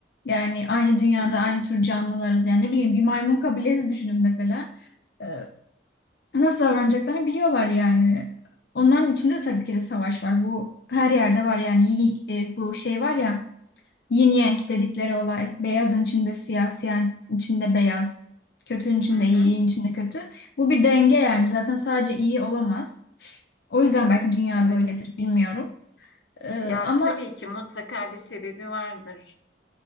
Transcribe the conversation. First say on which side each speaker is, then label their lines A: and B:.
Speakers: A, on the left (about 60°); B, on the left (about 75°).
A: Yani aynı dünyada
B: <laughs> Hı hı,
A: aynı tür canlılarız. Yani ne bileyim bir maymun kabilesi düşünün mesela. E, nasıl davranacaklarını biliyorlar yani. Onların içinde de tabii ki de savaş var. Bu her yerde var yani. Yi- e, bu şey var ya Yin yang dedikleri olay. Beyazın içinde siyah, siyahın içinde beyaz. Kötünün içinde
B: hı
A: iyi,
B: hı.
A: iyinin içinde kötü. Bu bir denge yani. Zaten sadece iyi olamaz. O yüzden belki dünya
B: Evet.
A: böyledir, bilmiyorum. Ee,
B: Ya
A: ama
B: tabii ki mutlaka bir sebebi vardır.